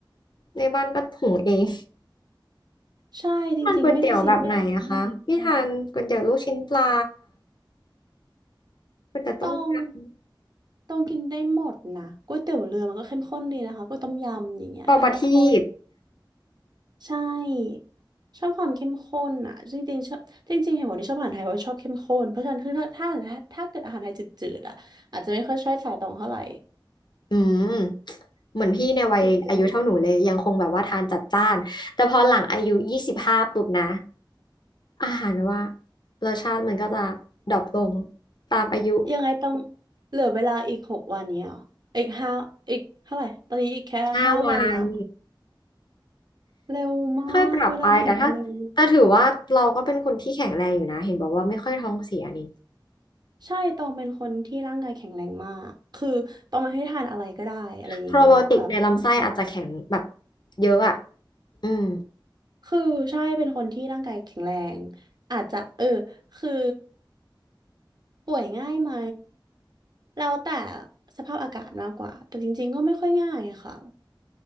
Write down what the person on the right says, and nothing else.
ใช่จริงๆไม่ได้ซีเรียสเรื่องนี้ก็ไ
ด้ต้องต้องกินได้หมดนะก๋วยเตี๋ยวเรือมันก็เข้มข้นดีนะคะก๋วยต้มยำอย่างเงี้ยอินเตอร์โฟ
ใช่ชอบความเข้มข้นอ่ะจริงๆชอบจริงๆเห็นบอกที่ชอบอาหารไทยเพราะชอบเข้มข้นเพราะฉะนั้นคือถ้าถ้าถ้าเกิดอาหารไทยจืดๆอ่ะอาจจะไม่ค่อยใช่สายตรงเท่าไหร่
จืดๆ
ยังไงต้องเหลือเวลาอีกหกวันเนี้ยเหรออีกห้าอีกเท่าไหร่ตอนนี้อีกแค่ห้าวันละ
เร็วมากเวลาผ่านไปเร็ว
ใช่ตองเป็นคนที่ร่างกายแข็งแรงมากคือตองไม่ให้ทานอะไรก็ได้อะไรอย่างเงี้ยแบบใช่
คือใช่เป็นคนที่ร่างกายแข็งแรงอาจจะเออคือป่วยง่ายไหมแล้วแต่สภาพอากาศมากกว่าแต่จริงๆก็ไม่ค่อยง่ายอะค่ะ